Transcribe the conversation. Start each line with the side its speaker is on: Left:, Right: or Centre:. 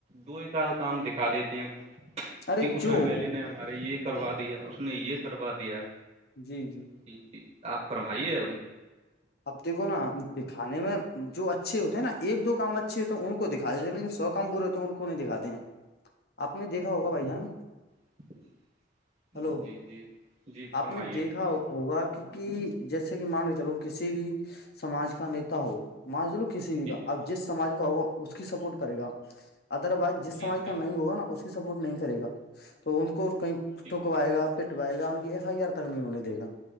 Right: دو ایک آد کام دکھا دیتے ہیں
Left: ارے
Right: کہ اس
Left: جو
Right: ایم ایل لے میں نے ہمارے یہ کروا دیا اس نے یہ کروا دیا
Left: جی جی
Right: ٹھیک ٹھیک آپ فرمائیے
Left: اب دیکھو نا دکھانے میں جو اچھے ہوتے ہیں نا ایک دو کام اچھے ہوتے ہیں ان کو دکھا دیتے ہیں لیکن سب کم برے ہو تو ان کو نہیں دکھاتے ہیں آپ نے دیکھا ہوگا بھائی جان
Right: <inaudible>
Left: ہلو
Right: جی جی جی فرمائیے
Left: آپ نے دیکھا ہوگا کی کہ جیسے کہ مان لو چلو کسی بھی سماج کا نیتا ہو مان لو کسی بھی
Right: جی
Left: کا اب جس سماج کا ہوگا اس کی سپورٹ کرے گا ادر وائز جس
Right: جی
Left: سمج
Right: جی
Left: کا نہیں ہوگا نا اس کی سپورٹ نہیں کرے گا تو ان کو کہیں
Right: جی
Left: ٹھکوائے گا پٹوائے گا ان کی ایف آئی آر تک نہیں ہونے دے گا